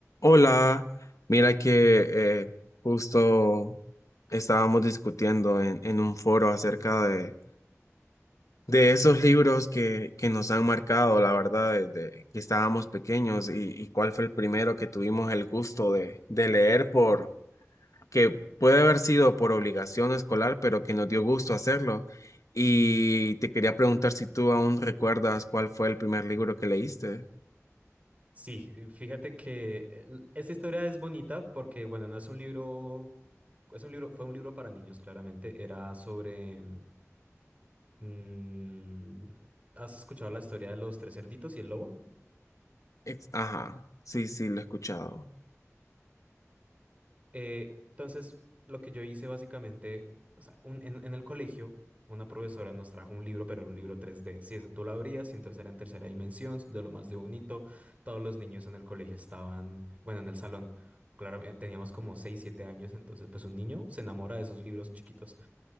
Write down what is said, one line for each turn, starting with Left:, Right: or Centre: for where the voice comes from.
Left: Hola, mira que eh, justo estábamos discutiendo en, en un foro acerca de, de esos libros que, que nos han marcado, la verdad, desde que estábamos pequeños y, y cuál fue el primero que tuvimos el gusto de, de leer por, que puede haber sido por obligación escolar, pero que nos dio gusto hacerlo. Y te quería preguntar si tú aún recuerdas cuál fue el primer libro que leíste.
Right: Sí, fíjate que el- esta historia es bonita porque, bueno, no es un libro, es un libro, fue un libro para niños, claramente. Era sobre, mm, ¿has escuchado la historia de los tres cerditos y el lobo?
Left: Ex- Ajá, sí, sí, lo he escuchado.
Right: Eh, entonces, lo que yo hice básicamente, o sea, un- en, en el colegio, una profesora nos trajo un libro, pero era un libro tres d Sí, ese tú lo abrías y entonces era en tercera dimensión, de lo más de bonito. Todos los niños en el colegio estaban, bueno, en el salón. Claro, eh, teníamos como 6, 7 años, entonces pues un niño se enamora de esos libros chiquitos.